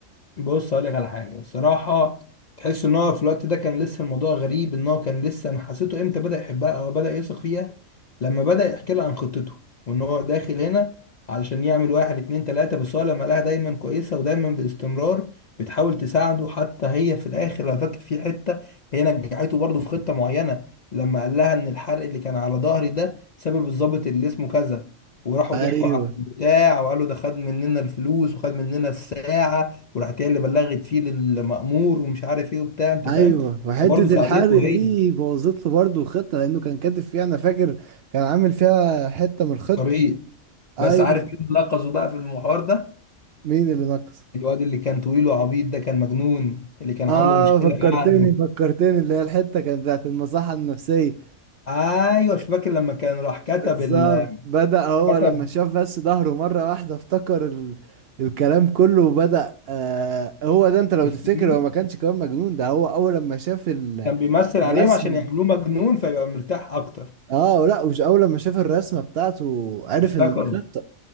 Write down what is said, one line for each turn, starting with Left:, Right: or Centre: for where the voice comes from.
Left: بص هقول لك على حاجه الصراحه تحس ان هو في الوقت ده كان لسه الموضوع غريب ان هو كان لسه انا حسيته امتى بدا يحبها او بدا يثق فيها لما بدا يحكي لها عن خطته وان هو داخل هنا علشان يعمل واحد اتنين تلاته بس هو لما لقاها دايما كويسه ودايما باستمرار بتحاول تساعده حتى هي في الاخر لو فاكر في حته هي نجحته برضه في خطه معينه لما قال لها ان الحرق اللي كان على ظهري ده سبب الضابط اللي اسمه كذا وراحوا
Right: ايوه
Left: ضحكوا على البتاع وقالوا ده خد مننا الفلوس وخد مننا الساعه وراحت هي اللي بلغت فيه للمأمور ومش عارف ايه وبتاع انت
Right: ايوه
Left: فاهم
Right: وحته
Left: فبرضه ساعدته
Right: الحرق دي
Left: هي
Right: بوظت له برضه الخطه لانه كان كاتب فيها انا فاكر كان عامل فيها حته من الخطه
Left: طريق بس
Right: ايوه
Left: عارف مين اللي لقظه بقى في المحور ده
Right: مين اللي نقص
Left: الواد اللي كان طويل وعبيط ده كان مجنون اللي كان
Right: اه
Left: عنده مشكلة
Right: فكرتني
Left: في عقله
Right: فكرتني اللي هي الحته كانت بتاعت المصحه النفسيه
Left: ايوه مش فاكر لما كان راح كتب
Right: بالظبط
Left: ال...
Right: بدأ هو
Left: كتب
Right: لما شاف بس ظهره مرة واحدة افتكر ال... الكلام كله وبدأ آه هو ده انت لو
Left: الفيلم
Right: تفتكر هو ما كانش كمان مجنون ده هو اول لما شاف ال-
Left: كان بيمثل عليهم
Right: الرسمة
Left: عشان يعملوه مجنون فيبقى مرتاح اكتر
Right: اه لا مش اول لما شاف الرسمة بتاعته عرف
Left: افتكروا
Right: ان دي خطة